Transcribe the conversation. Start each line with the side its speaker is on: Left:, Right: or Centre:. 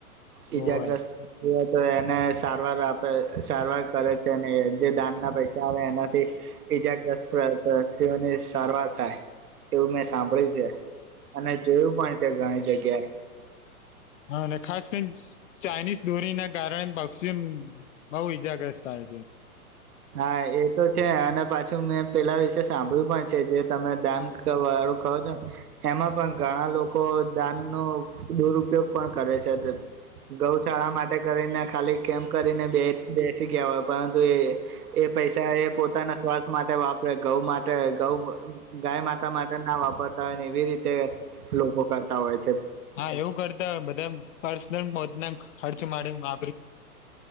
Left: હોવે.
Right: ઈજાગ્રસ્ત તો એ ને સારવાર આપે સારવાર કરે છે ને જે દાન ના પૈસા આવે એનાથી ઈજાગ્રસ્તતિઓની સારવાર થાય એવું મેં સાંભળ્યું છે અને જોયું પણ ઘણી જગ્યા
Left: હા અને ખાસ કરી ચાઇનીઝ દોરીના કારણે પક્ષિ બહુ ઈજાગ્રસ્ત થાય છે
Right: હા એ તો છે અને પાછું મેં પેલા વિશે સાંભળ્યું પણ છે જે તમે દાન વાળું કહો છો ને એમાં પણ ઘણા લોકો દાન ન દુરપયોગ પણ કરે છે ગૌશાળા માટે કરીને ખાલી કેમ કરીને બે બે પછી ગયા હોય પણંતુ એ એ પૈસા એ પોતાના સ્વાથ માટે વાપરે ઘઉં માટે ઘઉ ગાય માતા માટે ના વાપર હોતા હોય એવી રીતે લોકો કરતા હોય છે
Left: હા એવું કરતા હોય બધા પર્સનલ પોતના ખર્ચ માટે <inaudible>